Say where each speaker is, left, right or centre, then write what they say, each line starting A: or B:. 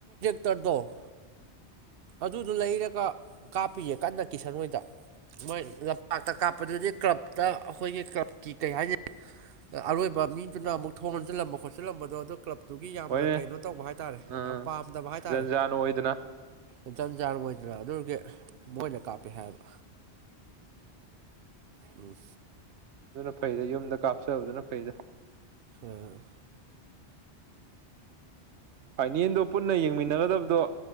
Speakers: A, on the right; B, on the right.
A: ꯗꯣ ꯑꯗꯨ ꯑꯗꯨ ꯂꯩꯔꯒ ꯀꯥꯞꯄꯤꯌꯦ ꯀꯟꯅ ꯀꯤꯁꯟ ꯍꯣꯏꯗ ꯃꯣꯏ ꯂꯝꯄꯥꯛꯇ ꯀꯥꯞ ꯑꯗꯨꯗꯤ ꯀ꯭ꯂꯞꯇ ꯑꯩꯈꯣꯏꯒꯤ ꯀ꯭ꯂꯕꯀꯤ ꯀꯩ ꯍꯥꯏꯅꯦ ꯑꯔꯣꯏꯕ ꯃꯤꯗꯨꯅ ꯑꯃꯨꯛ ꯊꯣꯡ ꯍꯟꯁꯤꯜꯂꯝꯕ ꯈꯣꯠꯆꯜꯂꯝꯕꯗꯣ ꯑꯗꯨꯣ ꯀ꯭ꯂꯞ ꯑꯗꯨꯒꯤ ꯌꯥꯝꯅ
B: ꯍꯣꯏꯅꯦ
A: ꯀꯩꯅꯣ ꯇꯧꯕ ꯍꯥꯏꯇꯥꯔꯦ
B: ꯑꯥ
A: ꯌꯥꯝ ꯄꯥꯝꯗꯕ ꯍꯥꯏ ꯇꯔꯦ
B: ꯖꯟꯖꯥꯟ ꯑꯣꯏꯗꯅ
A: ꯏꯖꯟꯖꯥꯡ ꯑꯣꯏꯗꯅ ꯑꯗꯨꯒꯤ ꯃꯣꯏꯗ ꯀꯥꯞꯄꯦ ꯍꯥꯏꯕ ꯎꯝ
B: ꯑꯗꯨꯅ ꯐꯩꯗ ꯌꯨꯝꯗ ꯀꯥꯞꯆꯕꯗꯨꯅ ꯐꯩꯗ
A: ꯎꯝ
B: ꯐꯥꯏꯅꯦꯜꯗꯣ ꯄꯨꯟꯅ ꯌꯦꯡꯃꯤꯟꯅꯒꯗꯕꯗꯣ